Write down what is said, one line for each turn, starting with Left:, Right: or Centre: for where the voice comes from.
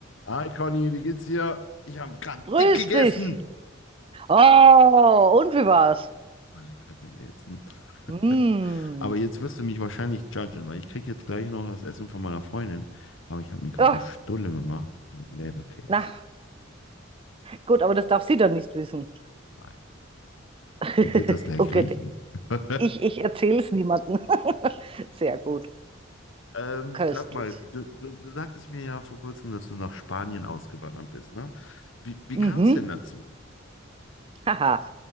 Left: Hi Conny, wie geht's dir? Ich habe gerade
Right: Grüß
Left: dick gegessen.
Right: dich. Oh, und wie war's?
Left: War lecker gewesen. <laughs>
Right: Hm.
Left: Aber jetzt wirst du mich wahrscheinlich judgen, weil ich krieg jetzt gleich noch das Essen von meiner Freundin. Aber ich habe mir gerade
Right: Ja,
Left: eine Stulle gemacht mit Leberkäse.
Right: na, gut, aber das darf sie dann nicht wissen.
Left: Nein,
Right: <laughs>
Left: Die wird das gleich
Right: Okay,
Left: riechen. <laughs>
Right: ich, ich erzähle es niemandem. <laughs> Sehr gut,
Left: Ähm,
Right: köstlich.
Left: sag mal, du, du, du sagtest mir ja vor kurzem, dass du nach Spanien ausgewandert bist, ne? Wie, wie
Right: Mhm.
Left: kam es denn dazu?
Right: Haha.